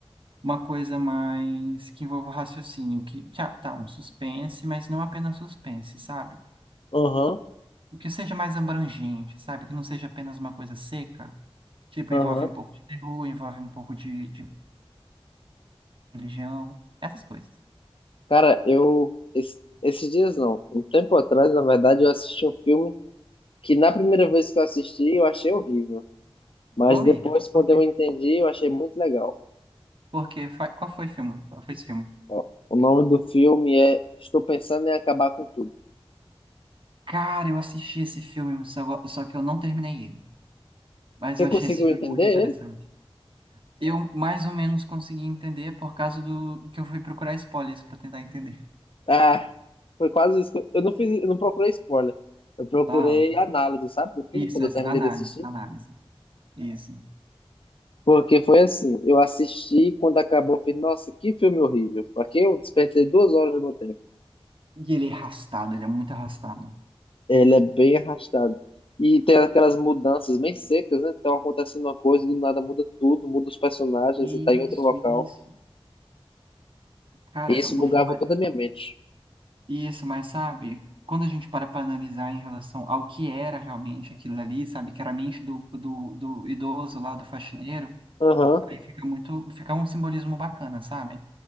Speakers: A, on the right; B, on the left.
A: uma coisa mais que envolva raciocínio, que, tá, tá, um suspense, mas não apenas suspense, sabe?
B: Aham,
A: O que seja mais abrangente, sabe? Que não seja apenas uma coisa seca. Tipo,
B: aham.
A: envolve um pouco de peru, envolve um pouco de, de religião, essas coisas.
B: Cara, eu. es- esses dias não. Um tempo atrás, na verdade, eu assisti um filme que, na primeira vez que eu assisti, eu achei horrível. Mas
A: Oi?
B: depois, quando
A: Por quê?
B: eu entendi, eu achei muito legal.
A: Porque, qual foi o filme? Qual foi esse filme?
B: Ó, O nome do filme é Estou Pensando em Acabar com Tudo.
A: Cara, eu assisti esse filme, mas só, só que eu não terminei ele. Mas
B: Você
A: eu
B: conseguiu
A: achei esse filme
B: entender
A: muito interessante.
B: ele?
A: Eu mais ou menos consegui entender por causa do do que eu fui procurar spoilers para tentar entender.
B: Ah, foi quase isso. que Eu eu não fiz, eu não procurei spoiler. Eu procurei
A: Uau.
B: análise, sabe, do filme
A: Isso,
B: quando
A: essa
B: eu terminei
A: análise,
B: de assistir.
A: análise. Isso.
B: Porque foi assim, eu assisti quando acabou, eu falei, nossa, que filme horrível. Porque eu despertei duas horas do meu tempo.
A: E ele é arrastado, ele é muito arrastado.
B: Ele é bem arrastado. E tem aquelas mudanças bem secas, né? Então acontecendo uma coisa, do nada muda tudo, muda os personagens
A: Isso,
B: e tá em outro local.
A: isso. Cara,
B: E isso
A: eu
B: bugava
A: fui
B: toda a minha mente.
A: Isso, mas sabe, quando a gente para para analisar em relação ao que era realmente aquilo ali, sabe, que era a mente do, do, do idoso lá, do faxineiro,
B: Aham,
A: aí fica muito, fica um simbolismo bacana, sabe?